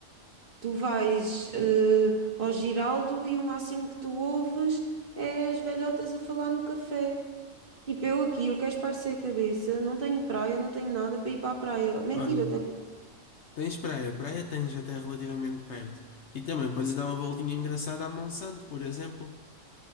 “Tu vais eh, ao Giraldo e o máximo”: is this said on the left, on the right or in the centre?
Right